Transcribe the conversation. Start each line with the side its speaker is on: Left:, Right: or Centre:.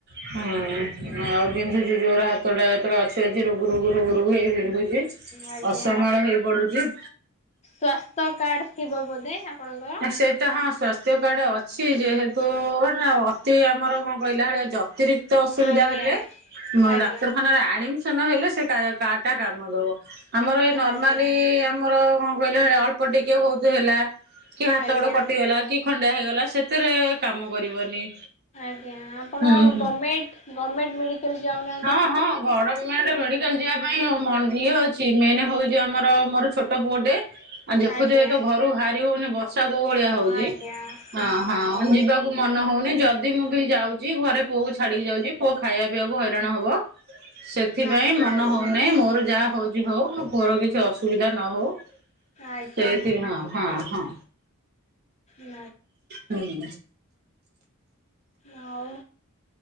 Right: ହୁଁ ଆଉ ବିନ୍ଧୁଛି ଯୋରେ ହାତଟା ଯେତେବେଳ ଅଛି ଅଛି ରୁଗୁ ରୁୁଗୁ ରୁଗୁ ରୁଗୁ ହେଇ ହେଇ ବିନ୍ଧୁ ଚି
Left: ଆଜ୍ଞା
Right: ଅସମାଳ ହେଇ ପଡ଼ୁଛି।
Left: ସ୍ଵାସ୍ଥ୍ୟ କାର୍ଡ ଥିବ ବୋଧେ ଆପଣଙ୍କର।
Right: ଏଁ ସେଇଟା ହଁ ସ୍ୱାସ୍ଥ୍ୟ କାର୍ଡ ଅଛି ଯେହେତୁ ହେଟା ଅତି ଆମର କଣ କହିଲା ଭଳିଆ ଜ ଅତିରିକ୍ତ ଅସୁବିଧା
Left: ଆଜ୍ଞା
Right: ହେଲେ ମୁଁ
Left: ଆଜ୍ଞା
Right: ଡାକ୍ତରଖାନାରେ ଆଡମି ସନ ହେଲେ ସେ କା-କାର୍ଡ ଟା କାମ ଦବ ଆମର ଏ ନର୍ମାଲି
Left: ଆଜ୍ଞା
Right: ଆ ମର କଣ କହିଲେ ଭଳିଆ ଅଳ୍ପ ଟିକେ ବହୁତ ହେଲା। କି ହାତ
Left: ଆଜ୍ଞା।
Right: ଗୋଡ଼ କଟିଗଲା କି ଖଣ୍ଡିଆ ହେଇଗଲା ସେଥିରେ କାମ କରିବନି।
Left: ଆଜ୍ଞା ଆପଣ
Right: ହୁଁ ହୁଁ।
Left: ଗମ୍ ଗମେର୍ଟ୍ ମେଡ଼ି କାଲ୍ ଯାଉନ।
Right: ହଁ ହଁ ଗରମ୍ <unintelligible> ମେଡ଼ିକାଲ ଯିବା ପାଇଁ ଅ ମ ଇଏ ଅଛି ମେନ୍ ହୋଉଛି ଆମର ମୋର ଛୋଟ ପୁଅଟେ। ଆଉ ଦେଖୁଥିବେ
Left: ଆଜ୍ଞା
Right: ତ ଘରୁ ଭାରିବୁ ମାନେ ବର୍ଷା କୋଉ ଭଳିଆ ହଉଛି
Left: ଆଜ୍ଞା
Right: ହଁ
Left: ଓହୋ
Right: ହଁ ଯିବାକୁ କୁ ମନ ହଉନି ଯଦି ମୁଁ ବି ଯାଉଛି ଘରେ ପୁଅକୁ ଛାଡିକି ଯାଉଛି ପୁଅ ଖାଇବା ପିଇକୁ ହଇରାଣ ହବ। ସେଥିପାଇଁ
Left: ଆଜ୍ଞା।
Right: ମନ ହଉନାହିଁ ମୋର ଯାହା ହଉଛି ହଉ ପୁଅର କିଛି ଅସୁବିଧା ନ ହଉ।
Left: ଆଜ୍ଞା
Right: ସେଇଠି ହଁ ହଁ ହଁ।
Left: ନ
Right: ହୁଁ।
Left: ଆଉ